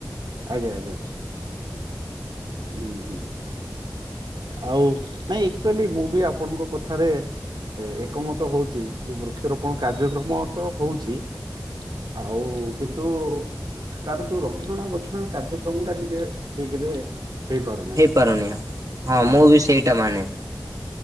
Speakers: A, on the right; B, on the right.
A: ଆଜ୍ଞା ଆଜ୍ଞା। ହୁଁ ହୁଁ। ଆଉ ନାଇଁ ଆକ୍ଚୁଆଲି ମୁଁ ବି ଆପଣଙ୍କ କଥାରେ ଏ ଏକମତ ହଉଛି। ଯେ ବୃକ୍ଷରୋପଣ କାର୍ଯ୍ୟକ୍ରମ ତ ହୋଉଛି ଆଉ କିନ୍ତୁ ତାର ଯୋଉ ରକ୍ଷଣ, ବକ୍ଷଣ କାର୍ଯ୍ୟକ୍ରମ ଟା ଟିକେ ଠିକ୍ ରେ ହେଇପାରୁନାହିଁ
B: ହେଇପାରୁନି ଆଉ।
A: ହଁ
B: ମୁଁ ବି ସେଇଟା ମାନେ।